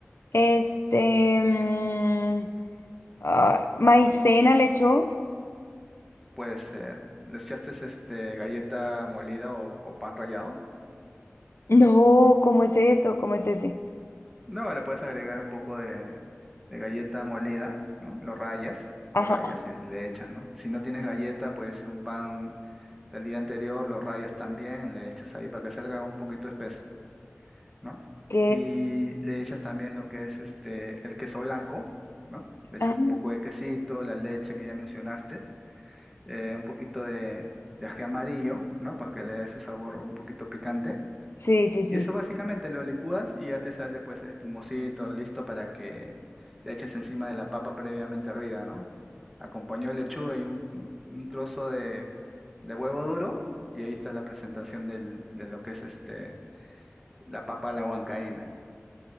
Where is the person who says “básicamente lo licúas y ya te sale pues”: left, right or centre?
Centre